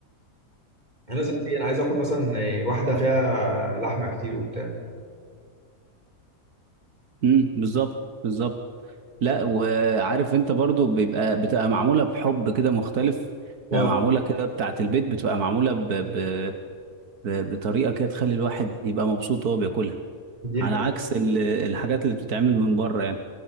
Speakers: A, on the right; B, on the right.
A: انا لازم ايه انا عايز اكل مثلا إيه، واحده فيها لحمه كتير وبتاع
B: امم بالظبط بالظبط لا وعارف انت برضو بيبقى بتبقى معموله بحب كده مختلف بتبقى
A: اه
B: معموله كده بتاعه البيت بتبقى معموله ب... ب... ب... بطريقه كده تخلي الواحد يبقى مبسوط وهو بياكلها
A: دي
B: على
A: حقيقة
B: عكس ال... الحاجات اللي بتتعمل من بره يعني